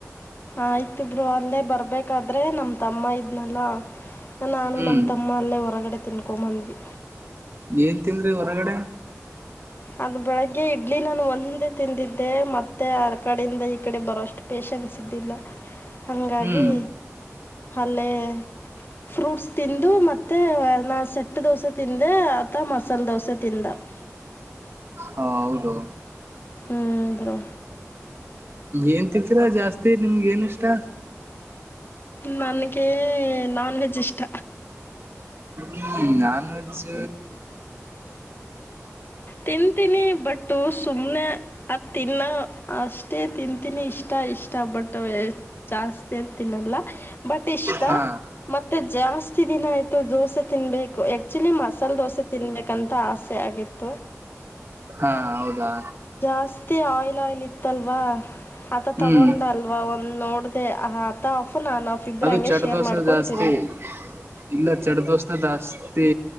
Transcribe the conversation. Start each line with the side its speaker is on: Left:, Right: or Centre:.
Left: ಆಯ್ತುಬ್ರು ಅಲ್ಲೇ ಬರ್ಬೇಕಾದ್ರೆ ನಮ್ಮ ತಮ್ಮ ಇದ್ನಲ್ಲ ನಾನು
Right: ಹ್ಮ್
Left: ನಮ್ಮ ತಮ್ಮ ಅಲ್ಲೇ ಹೊರಗಡೆ ತಿನ್ಕೊಂಬಂದ್ವಿ
Right: ಏನ್ ತನ್್ರಿ ಹೊರಗಡೆ
Left: ಅದ ಬೆಳಗ್ಗೆ ಇಡ್ಲಿ ನಾನು ಒಂದೇ ತಿಂದಿದ್ದೆ ಮತ್ತೆ ಕಡೆಯಿಂದ ಈ ಕಡೆ ಬರೋಷ್ಟು ಪೇೇಶನ್ಸ್ ಇದ್ದಿಲ್ಲ ಹಂಗಾಗಿ
Right: ಹ್ಮ್
Left: ಅಲ್ಲೇ ಫ್ರೂಟ್ಸ್ ತಿಂದು ಮೆ ಮ ನಾ ಸೆಟ್ಟ ದೋಸೆ ತಿಿಂದೆ ಅಾ ಮಸಾಲೆ ದೋಸೆ ತಿಿಂದಂತೆ
Right: ಹಾ ಹೌದು
Left: ಹ್ಞೂ ಬ್ರೋ
Right: ಏನ್ ತಿತೀರಾ ಜಾಸ್ತಿ ನಿಮ್ಗೆ ಏನ್ ಇಷ್ಟ
Left: ನನ್ಗೆ ನಾನ್ ವೆಜ್ ಇಷ್ಟ
Right: ್ಮ ನಾನ್ವೆೆಜ್ಜ್
Left: ತಿಂತೀನಿ ಬಟ್ಟು ಸುಮ್ನೆ ಅದ ತಿನ್ನ ಅಷ್ಟೇ ತಿಂತೀನಿ ಇಷ್ಟ ಇಷ್ಟ ಇಷ್ಟ ಬಟ್ಟ ಜಾಸ್ತಿ ಅಂತ ತಿನ್ನಲ್ಲ ಬಟ್ ಇಷ್ಟ
Right: ಹಾ
Left: ಮತ್ತೆ ಜಾಸ್ತಿ ದಿನ ಆಯ್ತು ದೋಸೆ ತಿನ್ಬೇಕು ಆಕ್ಚುಲಿ ಮಸಾಲೆ ದೋಸೆ ತಿನ್ಬೇಕಂತ ಆಸೆ ಅಂತೆ ಆಗತ್ತು
Right: ಹಾ ಹೌದಾ
Left: ಜಸ್ತಿ ಆಯಿಲ್ ಆಯಿಲ್ ಇತ್ತಲ್ವಾ ಆತ
Right: ಹ್ಮ್
Left: ತಗೊಂಡಲ್ವಾ ಒಂದ್ ನೋಡ್ದೆ ಆತ ಅಫ ನಾನನ್ ಅಫ್ ಇಬರು
Right: ಅದು
Left: ಹಂಗೆ
Right: ಚಟ್
Left: ಶೇರ್
Right: ದೋಸೆ
Left: ಮಾಡ್ಕೊ
Right: ಜಾಸ್ತಿ
Left: ತಿಂದ್
Right: ಇಲ್ಲ ಚಡ ದೋಸ್ತ ಜಾಸ್ತಿ